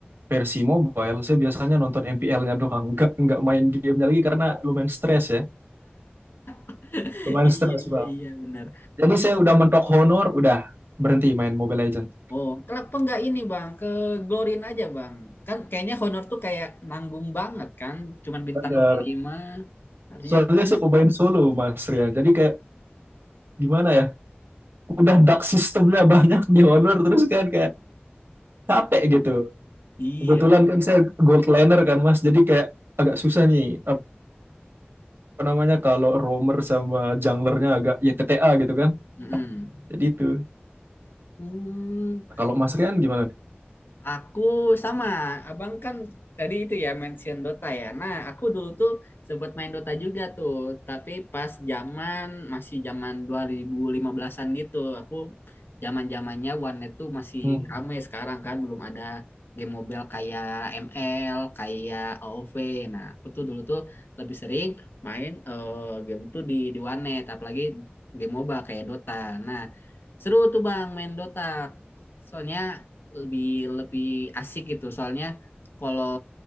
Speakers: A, on the right (about 65°); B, on the left (about 60°).
A: versi mobile saya biasanya nonton MPL-nya doang, nggak nggak main gamenya lagi karena lumayan stres ya,
B: <laughs>
A: lumayan
B: iya
A: stres
B: iya
A: bang.
B: iya bener
A: Jadi saya udah mentok honor, udah berhenti main Mobile Legends.
B: Oh, kenapa nggak ini bang? Ke Glorin aja bang. Kan kayaknya honor tuh kayak nanggung banget kan. Cuman bintang
A: Benar.
B: dua puluh lima, Artinya
A: Soalnya saya pemain solo Mas Rian, jadi kayak gimana ya, udah dark sistemnya <laughs> banyak di honor terus kan kayak capek gitu.
B: iya.
A: Kebetulan kan saya gold laner kan Mas, jadi kayak agak susah nih apa apa namanya kalau roamer sama junglernya agak ya T T a gitu kan.
B: Mm-mm.
A: Jadi itu.
B: Hmm,
A: Kalau Mas Rian gimana?
B: Aku sama, abang kan tadi itu ya mention Dota ya. Nah, aku dulu tuh sempat main Dota juga tuh, tapi pas zaman masih zaman 2015-an gitu. Aku zaman-zamannya warnet tuh masih
A: Hmm,
B: rame sekarang kan, belum ada game mobile kayak ML, kayak AoV. Nah, aku tuh dulu tuh lebih sering main eh, game tuh di di warnet, apalagi game MOBA kayak Dota. Nah, seru tuh Bang main Dota. Soalnya lebih lebih asik gitu. Soalnya kalau